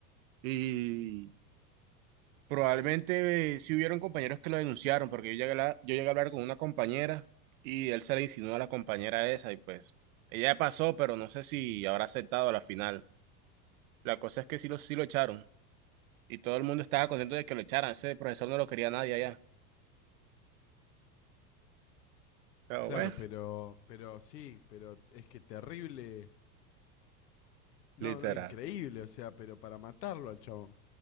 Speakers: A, on the right; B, on the left.
A: y Probablemente eh, sí hubieron compañeros que lo denunciaron, porque yo llegué a hablar, yo llegué a hablar con una compañera y él se le insinuó a la compañera esa y pues ella pasó, pero no sé si habrá aceptado a la final. La cosa es que sí lo, sí lo echaron y todo el mundo estaba contento de que lo echaran. Ese profesor no lo quería nadie allá. Pero
B: Claro,
A: bueno,
B: pero, pero sí, pero es que terrible. No,
A: literal.
B: no, increíble, o sea, pero para matarlo al chabón.